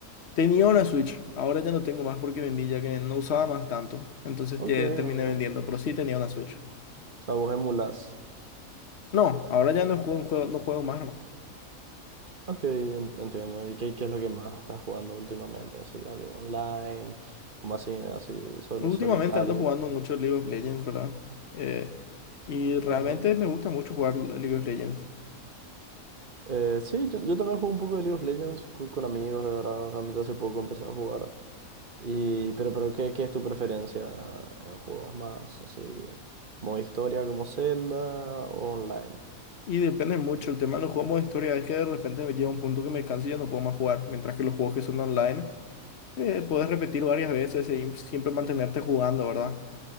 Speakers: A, on the left; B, on the right.
A: Tenía una Switch, ahora ya no tengo más porque vendí ya que no usaba más tanto. Entonces
B: Ok,
A: ya
B: ok.
A: terminé
B: O
A: vendiendo, pero sí tenía una Switch.
B: sea, vos emulás.
A: No, ahora ya no juego, un juego, no juego más nomás.
B: Ok, en- entiendo. ¿Y qué, qué es lo que más estás jugando últimamente? Así, algo online, o más así, así, solo
A: Últimamente
B: solitario.
A: ando jugando mucho League of Legends, ¿verdad? Eh, y realmente
B: Ujú.
A: me gusta mucho jugar League of Legends.
B: Eh, sí, yo, yo también juego un poco de League of Legends co- con, amigos, de verdad. Realmente hace poco empecé a jugar. Y, pero, pero ¿qué, qué es tu preferencia en juegos más así? ¿Modo historia como Zelda o online?
A: Y depende mucho, el tema de los juegos de historia es que de repente me llega un punto que me canso y ya no puedo más jugar. Mientras que los juegos que son online, eh, puedes repetir varias veces y siempre mantenerte jugando, ¿verdad?